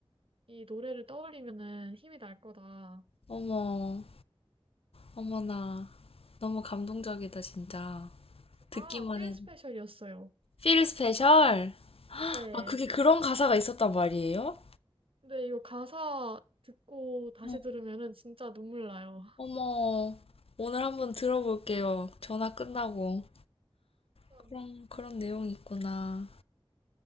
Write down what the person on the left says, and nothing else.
어머, 어머나. 너무 감동적이다, 진짜. 듣기만
해도.
Feel Special?
아, 그게 그런 가사가 있었단 말이에요?
어.
어머, 오늘 한번 들어볼게요. 전화 끝나고.
그런, 그런
내용이 있구나.